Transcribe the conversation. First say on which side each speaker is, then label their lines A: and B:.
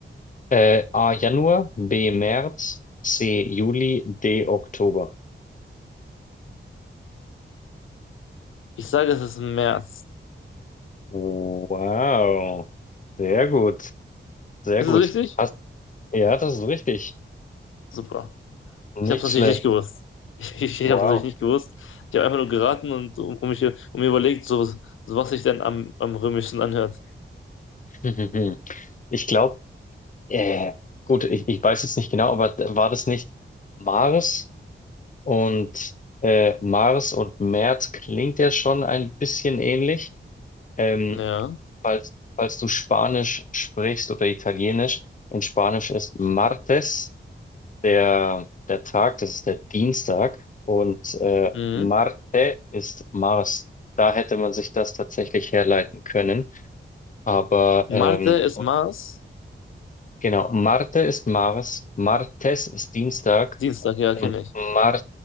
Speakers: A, on the left; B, on the left.
A: Äh, A. Januar, B. März, C. Juli, D. Oktober.
B: Ich sage, es ist März.
A: Wow. Sehr gut. Sehr
B: Ist
A: gut.
B: es richtig?
A: Hast, ja, das ist richtig.
B: Super.
A: Nicht
B: Ich habe es natürlich
A: schlecht.
B: nicht gewusst. <laughs> Ich, ich ich
A: Wow.
B: habe es natürlich nicht gewusst. Ich habe einfach nur geraten und um, um mich um mir überlegt, so, so was sich denn am, am römischsten anhört.
A: <laughs> Ich glaube, äh, gut, ich, ich weiß jetzt nicht genau, aber d- war das nicht Mars und äh, Mars und März klingt ja schon ein bisschen ähnlich. Ähm,
B: Ja.
A: falls, falls du Spanisch sprichst oder Italienisch, in Spanisch ist Martes. Der, der Tag, das ist der Dienstag und äh,
B: Mhm.
A: Marte ist Mars. Da hätte man sich das tatsächlich herleiten können. Aber
B: Marte
A: ähm,
B: ist
A: und
B: Mars.
A: genau, Marte ist Mars, Martes ist Dienstag
B: Dienstag, ja,
A: und
B: kenne ich.
A: Mar